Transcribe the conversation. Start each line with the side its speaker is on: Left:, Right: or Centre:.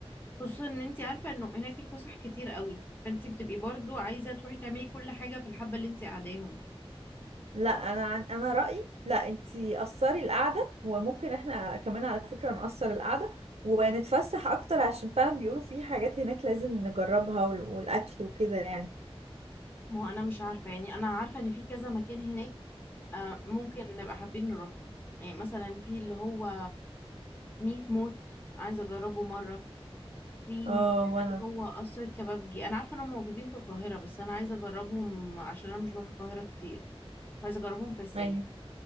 Left: خصوصا ان انت عارفه انه هناك الفسح كتير قوي فانت بتبقي برضو عايزه تروحي تعملي كل حاجه في الحبه اللي انت قاعداهم
Right: لا انا عن... انا رأيي لا انتي قصري القعدة وممكن احنا كمان على فكرة نقصر القعدة ونتفسح اكتر عشان فعلا بيقولوا في حاجات هناك لازم نجربها وال- والاكل وكده يعني
Left: ما هو انا مش عارفه يعني انا عارفه ان في كذا مكان هناك آه، ممكن نبقى حابين نروحهم يعني مثلا في اللي هو ميت موت عايزه اجربه مره في
Right: اه وانا
Left: اللي هو قصر الكبابجي انا عارفه انهم موجودين في القاهره بس انا عايزه اجربهم عشان انا مش بروح القاهره كتير فعايزه اجربهم في الساحل
Right: ايوه